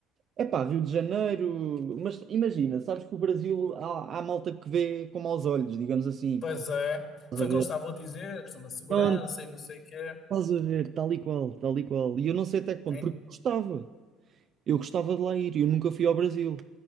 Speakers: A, on the right; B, on the left.
A: É pá, Rio de Janeiro, mas imagina, sabes que o Brasil há, há malta que vê com maus olhos, digamos assim,
B: Pois
A: pá.
B: é,
A: Estás
B: foi
A: a
B: o que
A: ver?
B: eles estavam a dizer, a questão da segurança
A: Pronto,
B: e não sei o quê.
A: estás a ver, tal e qual, tal e qual. E eu não sei até que ponto,
B: Em-
A: porque eu gostava, eu gostava de lá ir, eu nunca fui ao Brasil.